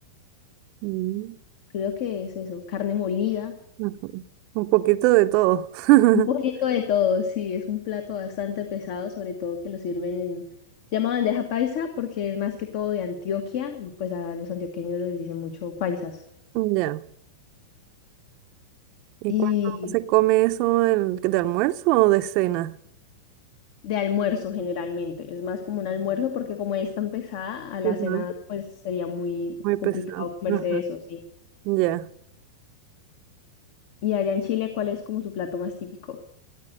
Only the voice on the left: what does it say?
creo que es eso, carne molida.
Un poquito de todo, sí, es un plato bastante pesado, sobre todo que lo sirven en... Se llama bandeja paisa porque es más que todo de Antioquia y pues a los antioqueños les dicen mucho paisas.
Y
de almuerzo generalmente, es más como un almuerzo porque como es tan pesada, a la
cena pues sería muy
complicado
comerse
eso, sí.
Y allá en Chile, ¿cuál es como su plato más típico?